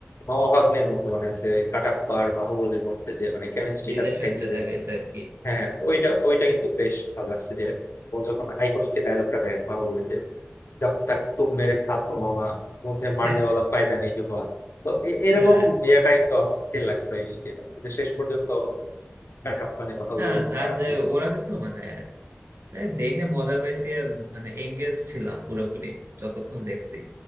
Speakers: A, on the left; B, on the right.
A: মামা ভাগ্নের মতো মানে যে কাটাপ্পা আর বাহুবলীর মধ্যে যে মানে কেমিস্ট্রিটা
B: রিলেশনটা
A: দেখাইছে যে
B: দেখা গেছে আর কি
A: হ্যাঁ হ্যাঁ, ওইটা ওইটা কিন্তু বেশ ভালো লাগছে যে ও যখন আইকনিক যে ডায়লগটা দেয় বাহুবলীতে জব তক তুম মেরে সাথ হো মামা মুঝে মারনে
B: হ্যাঁ
A: ওয়ালা পায়দা নেই হুয়া তো এ- এরকম
B: হ্যাঁ
A: ইয়েটা কিন্তু অস্থির লাগছে ওই ইয়েটা। তো শেষ পর্যন্ত কাটাপ্পানে বাহুবলী
B: হ্যাঁ, আর
A: মার
B: যে
A: দিল
B: ওরা কিন্তু মানে এই দেখে মজা পাইছি আর মানে এঙ্গেজ ছিলাম পুরোপুরি যতক্ষণ দেখছি